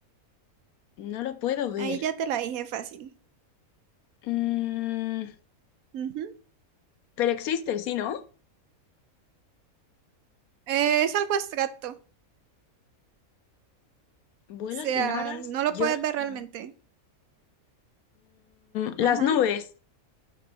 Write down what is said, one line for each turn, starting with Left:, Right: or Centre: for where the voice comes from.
Left: no lo puedo ver.
Right: Ahí ya te la dije fácil.
Left: Mm,
Right: Ujú.
Left: pero existe, ¿sí, no?
Right: Eh, es algo abstracto. O
Left: Vuelo
Right: sea,
Left: sin alas,
Right: no lo
Left: lloro
Right: puedes ver
Left: sin
Right: realmente.
Left: no. las
Right: Ajá.
Left: nubes.